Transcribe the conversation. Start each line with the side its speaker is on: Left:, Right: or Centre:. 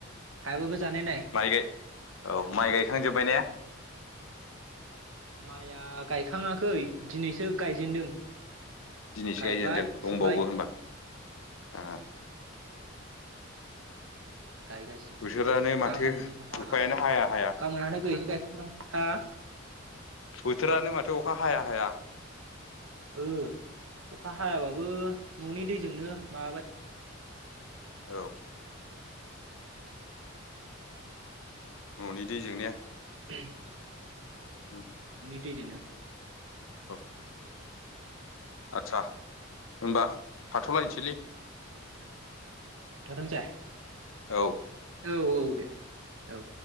Right: हायाबाबो जानाय नाय
Left: माइ गाय औ माइ गायखांजोब्बाय ने
Right: माइआ गायखाङाखै दिनैसो गायजेनदों
Left: दिनैसो
Right: गायबाय
Left: गायजेनदों दंबावो
Right: फुबाय
Left: होनबा आंहा
Right: गायगासिनो
Left: बोथोरानो माथो
Right: गाबोनहा
Left: अखायानो हाया हाया
Right: गामोनहालागैसो गाखांगोन नामा हा
Left: बोथोरानो माथो अखा हाया हाया
Right: ओ अखा हायाबाबो
Left: औ
Right: न'नि दैजोंनो माबाबाय
Left: औ
Right: उम
Left: न'नि दैजों ने
Right: <inaudible>
Left: उम
Right: दै जोंनो
Left: औ आतसा होनोमबा थाथ'लायसैलै
Right: थाथनोसै
Left: औ
Right: औ औ दे औ